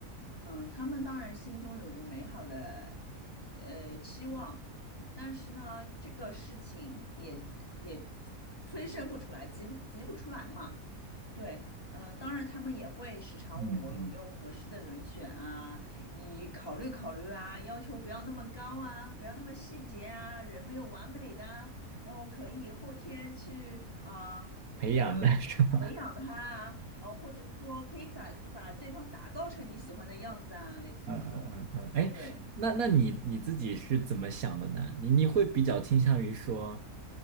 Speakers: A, on the left (about 15°); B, on the right (about 70°).
A: 嗯，他们当然心中有一个美好的呃期望，但是呢，这个事情也也催生不出来，急不急不出来嘛。对，呃，当然他们也会时常问我有没有合适的人选啊，
B: 嗯嗯，
A: 以考虑考虑啊，要求不要那么高啊，不要那么细节啊，人没有完美的啊，然后可以后天去啊呃，
B: 培养的
A: 呃培养他啊，
B: <laughs> 是吧？
A: 呃，或者说可以打把对方打造成你喜欢的样子啊，
B: <laughs>
A: 类似于这种。
B: 嗯嗯嗯嗯，哎，
A: 对，
B: 那那你你自己是怎么想的呢？你你会比较倾向于说